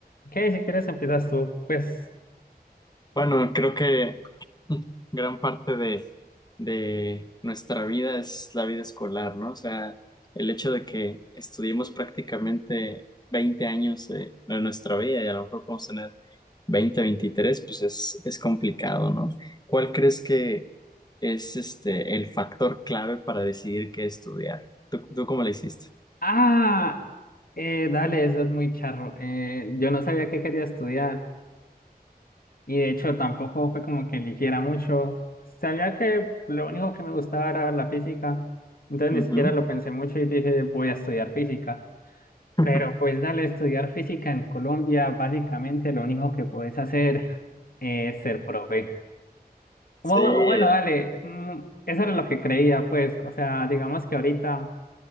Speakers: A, on the left (about 65°); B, on the left (about 25°).
A: Ok, si quieres empiezas tú, pues...
B: Bueno, creo que gran parte de, de nuestra vida es la vida escolar, ¿no? O sea, el hecho de que estudiemos prácticamente 20 años de, de nuestra vida y a lo mejor podemos tener 20, 23, pues es, es complicado, ¿no? ¿Cuál crees que es este el factor clave para decidir qué estudiar? ¿Tú, tú cómo le hiciste?
A: Ah, eh, dale, eso es muy charro. Eh, yo no sabía que quería estudiar y de hecho tampoco fue como que eligiera mucho. Sabía que lo único que me gustaba era la física, entonces ni
B: Ujú.
A: siquiera lo pensé mucho y dije voy a estudiar física.
B: <laughs>
A: Pero pues dale, estudiar física en Colombia, básicamente lo único que podés hacer <laughs> es ser profe.
B: Sí,
A: Bu- bu- Bueno, dale, mm, eso era lo que creía, pues, o sea, digamos que ahorita...